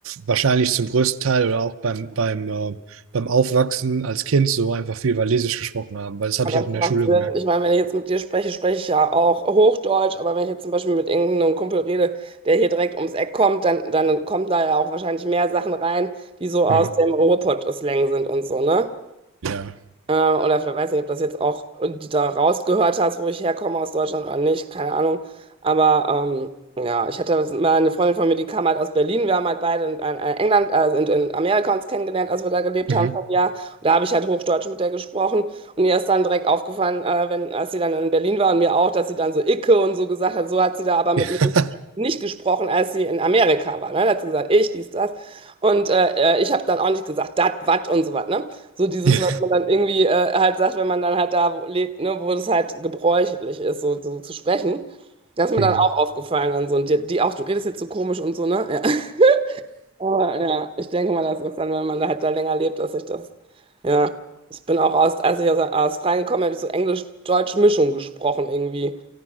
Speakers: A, on the right; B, on the right.
A: wahrscheinlich zum größten Teil oder auch beim, beim, äh, beim Aufwachsen als Kind so einfach viel Walesisch gesprochen haben, weil das habe
B: ja
A: ich auch
B: das
A: in
B: macht
A: der Schule
B: Sinn.
A: gemerkt.
B: Ich meine, wenn ich jetzt mit dir spreche, spreche ich ja auch Hochdeutsch, aber wenn ich jetzt zum Beispiel mit irgendeinem Kumpel rede, der hier direkt ums Eck kommt, dann, dann kommen da ja auch wahrscheinlich mehr Sachen rein, die so aus
A: Mhm.
B: dem Ruhrpott-Slang sind und so, ne?
A: Ja.
B: Äh, oder vielleicht weiß nicht, ob das jetzt auch da rausgehört hast, wo ich herkomme aus Deutschland oder nicht, keine Ahnung. Aber ähm, ja, ich hatte mal eine Freundin von mir, die kam halt aus Berlin. Wir haben halt beide in, in England, also in, in Amerika uns kennengelernt, als wir da gelebt
A: Mhm.
B: haben vor einem Jahr. Und da habe ich halt Hochdeutsch mit der gesprochen. Und ihr ist dann direkt aufgefallen, äh, wenn, als sie dann in Berlin war und mir auch, dass sie dann so Icke und so gesagt hat. So hat sie da aber mit
A: <laughs>
B: mir nicht gesprochen, als sie in Amerika war. Ne? Da hat sie gesagt, ich, dies, das. Und äh, äh, ich habe dann auch nicht gesagt, dat, wat und so was. Ne? So dieses,
A: Ja.
B: was man dann irgendwie äh, halt sagt, wenn man dann halt da wo- lebt, ne, wo das halt gebräuchlich ist, so, so zu sprechen. Das ist mir
A: Mhm.
B: dann auch aufgefallen dann so. Und die, die auch, du redest jetzt so komisch und so, ne? Ja. <laughs> Aber ja, ich denke mal, das ist dann, wenn man da halt da länger lebt, dass ich das, ja. Ich bin auch aus, als ich aus Australien gekommen bin, habe ich so Englisch-Deutsch-Mischung gesprochen irgendwie.